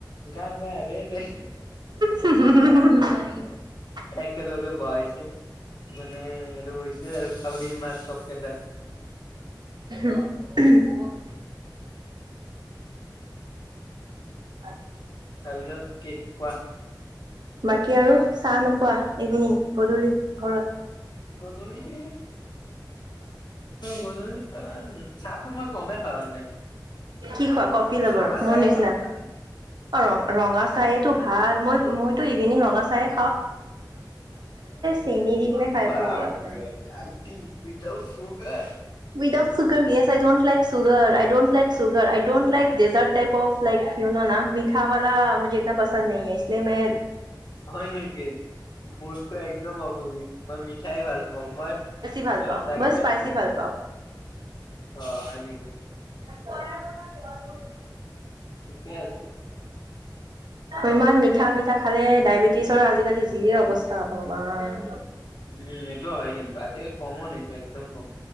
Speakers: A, on the left; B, on the right.
A: গা গা ৰে ৰে
B: <inaudible>
A: একেলগে বহাইছে। মানে আৰু হৈছে আৰু কাউৰী মাট চব কেইটা।
B: <inaudible> <inaudible>
A: তাৰপিছত কি কোৱা
B: বাকী আৰু চাহ নোখোৱা। ইভিনিং গধূলি ঘৰত।
A: গধূলি <unintelligible> গধুলি চাহ চাহটো মই কমেই খাওঁ এনে।
B: কি খোৱা কফি লবৰ
A: ৰঙা চাহে
B: মোৰ নিচিনা
A: খাওঁ মানে।
B: অ ৰঙা চাহেতো ভাল, মই মইতো ইভিনিং ৰঙা চাই চেনি দি কিনে খাই
A: বাপৰে
B: একো লাভ নাই
A: উইডাউত চোগাৰ
B: বিদা sugar yes I don't like sugar I don't like ছুগ yeah I don't like dessert type of like you know না মিঠাৱলা মুজে ইটনা পচন্দ নেহি হে ইচলিয়ে মে
A: হয় নেকি, মোৰটো একদম অপজিট মই মিঠাই ভাল পাওঁ। অ মই,
B: ভাল
A: মই
B: পাওঁ,
A: লাগিলে
B: ভাল পাওঁ।
A: অ হয় নেকি
B: <unintelligible>
A: ঠিকেই আছে।
B: ইমান মিঠা নি মিঠা খালে ডায়েবেটিছৰ আজিকালি যিয়ে অৱস্থা ভগৱান
A: উম এইটোও হয় কিন্তু আজিকালিৰ কমো নিনটো একদম কম